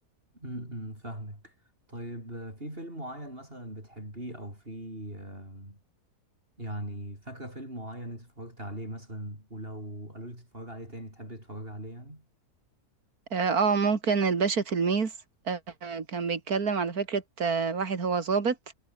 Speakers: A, on the right; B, on the right.
A: امم فاهمك طيب آه، في فيلم معين مثلا بتحبيه او في آم، يعني فاكرة فيلم معين انت اتفرجت عليه مثلا ولو قالوا لك تتفرج عليه تاني تحب تتفرج عليه يعني
B: اه آه، ممكن الباشا تلميذ آه كان بيتكلم على فكرة آه واحد هو ضابط